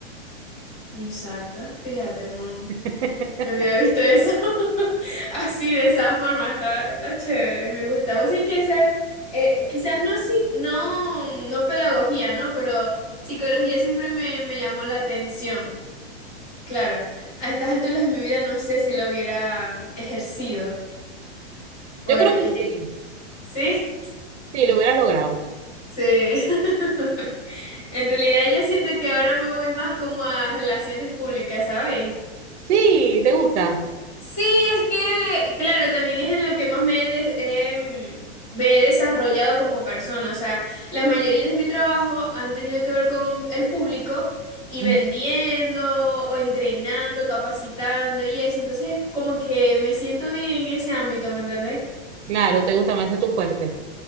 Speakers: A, on the left (about 20°); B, on the right (about 80°).
A: Exacto, fíjate, no.
B: <laughs>
A: No había visto eso <laughs> así, de esa forma, está, está chévere, me gusta. Vos sí que esa, eh, quizás no, sí, no, no pedagogía, ¿no? Pero psicología siempre me, me llamó la atención. Claro, a estas alturas de mi vida no sé si la hubiera ejercido, porque
B: Yo creo que sí,
A: sí,
B: sí, lo hubieras logrado.
A: sí. <laughs> En realidad yo siento que ahora me voy más como a relaciones públicas, ¿sabéis?
B: Sí, te gusta.
A: Sí, es que, claro, también es en lo que más me he, des- em, me he desarrollado como persona. O sea, la mayoría de mi trabajo han tenido que ver con el público y
B: Mm,
A: vendiendo o entrenando, capacitando y eso. Entonces, como que me siento bien en ese ámbito, ¿me entendés?
B: Claro, te gusta más de tu fuerte.